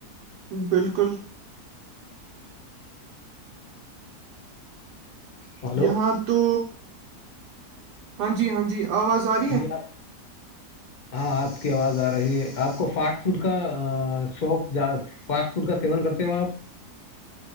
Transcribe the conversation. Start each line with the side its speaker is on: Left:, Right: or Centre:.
Right: بالکل
Left: ہلو
Right: یہاں تو ہاں جی ہاں جی آواز آئی
Left: جی آپ ہاں آپ کی آواز آ رہی ہے آپ کو فاسٹ فوڈ کا شوق فاسٹ فوڈ کا سیون کرتے ہو آپ